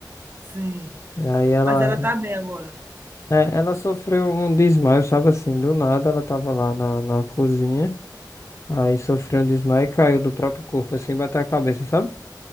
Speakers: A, on the right; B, on the left.
A: Sim.
B: E aí ela,
A: Mas ela tá bem agora?
B: é, ela sofreu um desmaio, sabe assim, do nada ela tava lá na, na cozinha, aí sofreu um desmaio e caiu do próprio corpo, assim, bateu a cabeça, sabe?